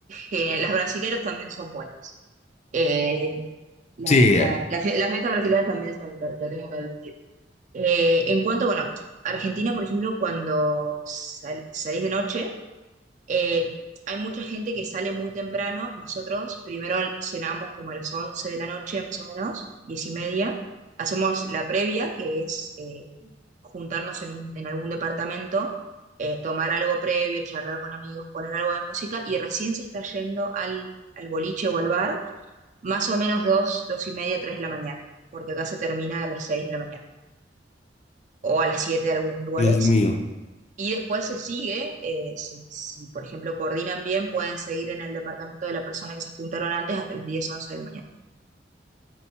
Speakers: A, on the right; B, on the left.
A: Que las brasileras también son buenas. Eh, las,
B: Sí,
A: la- la fie- las fiestas brasileras también son, lo, lo tengo que admitir. Eh, en cuanto, bueno, Argentina, por ejemplo, cuando sal- salís de noche, Eh, hay mucha gente que sale muy temprano. Nosotros primero cenamos como a las 11 de la noche, más o menos, 10 y media. Hacemos la previa, que es eh, juntarnos en, un- en algún departamento, eh, tomar algo previo, charlar con amigos, poner algo de música y recién se está yendo al, al boliche o al bar, más o menos 2, 2 y media, 3 de la mañana, porque acá se termina a las 6 de la mañana o a las 7 de algunos lugares.
B: Dios mío.
A: Y después se sigue, eh, si, si, por ejemplo coordinan bien, pueden seguir en el departamento de la persona que se juntaron antes hasta las diez once de la mañana.